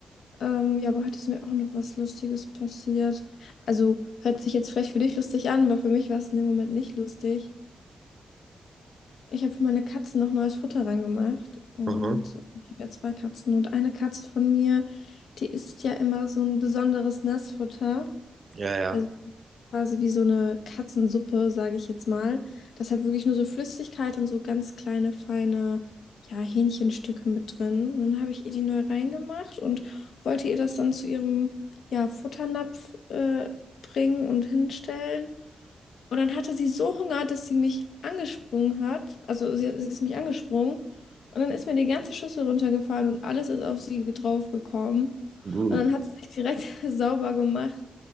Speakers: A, on the left (about 85°); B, on the right (about 35°).
A: Ähm, ja, aber heute ist mir auch noch was Lustiges passiert. Also hört sich jetzt vielleicht für dich lustig an, aber für mich war es in dem Moment nicht lustig. Ich habe für meine Katzen noch neues Futter reingemacht und
B: Mhm.
A: ich habe ja zwei Katzen und eine Katze von mir, die isst ja immer so ein besonderes Nassfutter.
B: Ja, ja.
A: Also quasi wie so eine Katzensuppe, sage ich jetzt mal. Da ist halt wirklich nur so Flüssigkeit und so ganz kleine, feine, ja, Hähnchenstücke mit drin. Und dann habe ich ihr die neu reingemacht und wollte ihr das dann zu ihrem, ja, Futternapf äh, bringen und hinstellen. Und dann hatte sie so Hunger, dass sie mich angesprungen hat. Also sie, sie ist mich angesprungen. Und dann ist mir die ganze Schüssel runtergefallen und alles ist auf sie draufgekommen.
B: Du,
A: Und dann hat sie sich direkt <laughs> sauber gemacht.